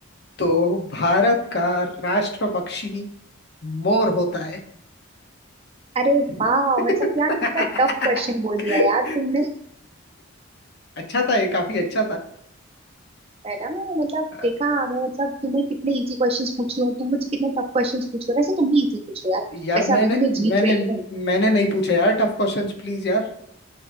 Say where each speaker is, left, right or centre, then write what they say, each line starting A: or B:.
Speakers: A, on the left (about 50°); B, on the right (about 30°).
A: तो भारत का राष्ट्र पक्षी मोर होता है
B: अरे
A: <laughs>
B: वाह मतलब यार कितना टफ क्वेश्चन बोल दिया यार तुमने
A: अच्छा था ये काफी अच्छा था
B: है ना मतलब
A: अ,
B: देखा मैं मतलब तुम्हें कितने इजी क्वेश्चंस पूछ रही हूँ तुम मुझसे कितने टफ क्वेश्चंस पूछ रहे हो वैसे तुम भी इजी पूछ रहे हो यार
A: यार
B: वैसे अभी
A: मैंने
B: भी मैं जीत
A: मैंने
B: रही हूँ
A: मैंने नहीं पूछा यार टफ क्वेश्चंस प्लीज यार